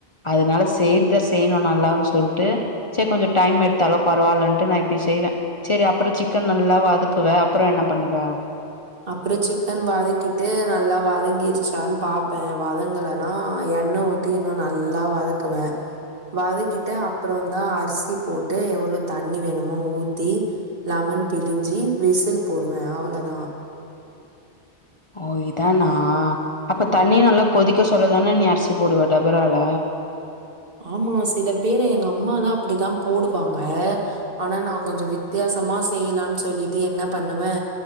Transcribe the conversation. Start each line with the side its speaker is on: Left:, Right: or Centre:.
Left: அதனால செய்றத செய்ணு நல்லானு சொல்ட்டு சேர் கொஞ்ச டைம் எடுத்தாலு பரவால்ன்ட்டு நா இப்டி செய்வே செரி அப்பற சிக்கன நல்லா வதக்குவ அப்பற என்ன பண்ணுவ
Right: அப்ற சிக்கன வதகிட்டு நல்லா வதங்கிருச்சான் பாப்பே வதங்கலனா எண்ண ஊத் தி இன்னு நல்லா வதக்குவே வதக்கிட்டு அப்பறந்தா அரிசி போட்டு எவ்ளோ தண்ணி வேணுமோ ஊத்தி லெமன் பிழிஞ்சி விசில் போடுவே அவ்வளதா
Left: ஓ இதானா அப்ப தண்ணி நல்லா கொதிக்க சொல்லதானே நீ அரிசி போடுவ டபரால
Right: ஆமா சில பேர் எங்க அம்மாலா அப்டிதா போடுவாங்க ஆனா நா கொஞ்ச வித்தியாசமா செய்லான்னு சொல்லிட்டு என்ன பண்ணுவே